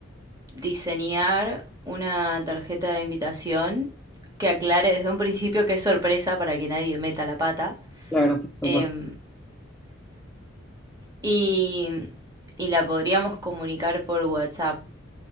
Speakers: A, on the right; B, in the centre.
A: diseñar una tarjeta de invitación que aclare desde un principio que es sorpresa para que nadie meta la pata.
B: Claro, por supuesto.
A: Em, y, y la podríamos comunicar por WhatsApp.